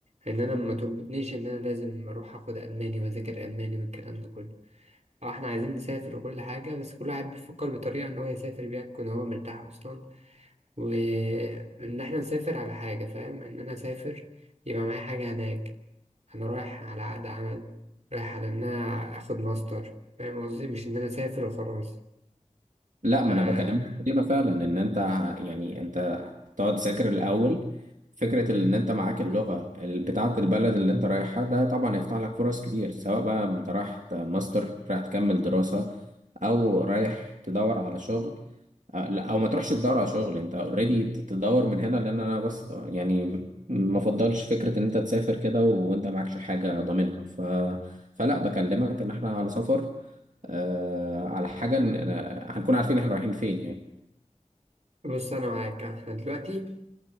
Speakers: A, on the right; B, on the right.
A: ان انا ما تربطنيش ان انا لازم اروح اخد الماني واذاكر الماني والكلام ده كله اه احنا عايزين نسافر وكل حاجه بس كل واحد بيفكر بطريقه ان هو يسافر بيها يكون هو مرتاح اصلا وإن إحنا نسافر على حاجة فاهم إن أنا أسافر يبقى معايا حاجة هناك أنا رايح على عقد عمل رايح على إن أنا آخد ماستر فاهم قصدي مش إن أنا أسافر وخلاص
B: لا
A: آه.
B: ما انا بكلمك في كده فعلا ان انت يعني انت تقعد تذاكر الاول فكره ان انت معاك اللغه ال- بتاعه البلد اللي انت رايحها ده طبعا هيفتح لك فرص كتير سواء بقى انت رايح ت- ماستر رايح تكمل دراسه او رايح تدور على شغل آه، لا او ما تروحش تدور على شغل انت اوريدي تدور من هنا لان انا بس آه، يعني ما افضلش فكره ان انت تسافر كده وانت معكش حاجه ضامنها ف... فلا بكلمك ان احنا على سفر آه على حاجه إن... هنكون عارفين احنا رايحين فين يعني
A: بص أنا معاك آه، إحنا دلوقتي